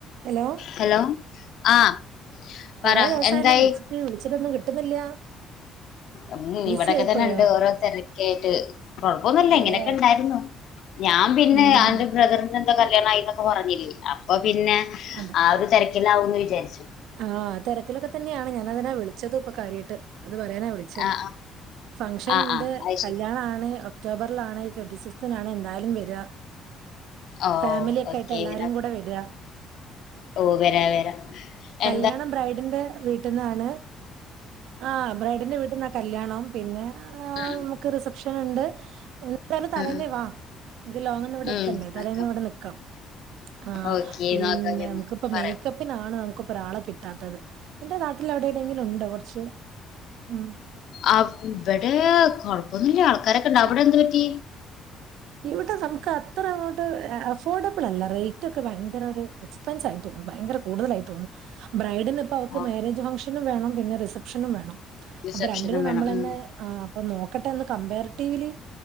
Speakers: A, on the right; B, on the left.
A: Hello
B: hello ആഹ്
A: കൊറെ
B: പറ
A: ദിവസായല്ലെ
B: എന്തായി
A: വിളിച്ച് വിളിച്ചട്ടൊന്നും കിട്ടുന്നില്ല
B: ഉം
A: ബിസി
B: ഇവിടെക്കെ
A: ആയിപ്പോയോ?
B: തന്നെ ഉണ്ട് ഓരോ തിരക്ക ആയിട്ട് കൊഴപ്പൊന്നുംല്ല
A: അതേല്ലേ?
B: ഇങ്ങനെയൊക്കെ ണ്ടായിരുന്നു ഞാൻ പിന്നെ
A: ഉം
B: അന്റെ ബ്രദർ ന്നഎന്തോ കല്യാണമായി എന്നൊക്കെ പറഞ്ഞില്ലേ അപ്പൊ പിന്നെ
A: അതെ.
B: ആ ഒരു തിരക്കിലാവുന്ന് വിചാരിച്ച്
A: ആഹ് തരക്കിലൊക്കെ തന്നെയാണ് ഞാനതിനാ വിളിച്ചതും ഇപ്പൊ കാര്യായിട്ട് അത് പറയാനാ വിളി ച്ചത്
B: ആഹ്
A: ഫംഗഷൻണ്ട്
B: ആഹ് ആഹ് അത്
A: കല്യാണാണ്
B: ശരി
A: ഒക്ടോബറിലാണ് ട്വന്റി സിക്ത്തിനാണ് എന്തായാലും വര
B: ഓ
A: ഫാമിലിക്കായിട്ട്
B: ഓക്കെ
A: എല്ലാരും
B: വരാം
A: കൂടെ വെര
B: ഓ വരാ വരാ എ
A: കല്യാണം ബ്രൈഡിന്റെ വീട്ടിന്നാണ് ആഹ് ബ്രൈ ഡിൻ്റെ വീട്ടിന്ന കല്ല്യാണം പിന്നെ ആഹ്
B: ഉം
A: നമ്മുക്ക് റിസപ്ഷന്ണ്ട് എന്താലും തലേന്നേവാ
B: ഉം
A: അൻക്ക് ലോങ്ന്ന് ഇവിടെ
B: ഉം
A: എത്തണ്ടേ
B: ഉം, നോക്കാം
A: തലേന്നേ ഇവിടെ നിൽക്കാം ആഹ്
B: ഓക്കെ
A: പിന്നെ
B: നോക്കാം ഞാൻ
A: നമുക്കിപ്പ
B: നോക്കാം, പറയാം
A: മേക്കപ്പ് പ്പിനാണ് നമുക്ക് പ്പൊരാളെ കിട്ടാത്തത് നിന്റെ നാട്ടിൽ അവിടെണ്ടങ്കിലും ഉണ്ടോ കുറച്ച് ഉം
B: അ വിടെ കൊഴപ്പൊന്നില്ല ആൾക്കാരൊക്കെണ്ട് അവിടെ എന്ത് പറ്റി
A: ഇവിടെ നമുക്ക് അത്ര അങ്ങോട്ട് അഫോർഡബിൾ അല്ല റേറ്റ് ഒക്കെ ഭയങ്കര ഒരു ക്ക സ്ഥലത്തും ഭയങ്കര കൂടുതലായി തോന്നും ബ്രൈഡിൻ ദ് പ്പവക്ക്
B: ഓ,
A: മാരേജ് ഫംഗ്ഷനും വേണം പിന്നെ റിസപ്ഷനും വേണം
B: റിസപ്ഷനും
A: അപ്പൊ രണ്ടിനും
B: വേണം
A: നമ്മളന്നെ
B: ഉം
A: ആ അപ്പൊ നോക്കട്ടെന്ന് കമ്പാരിറ്റീവ്ലി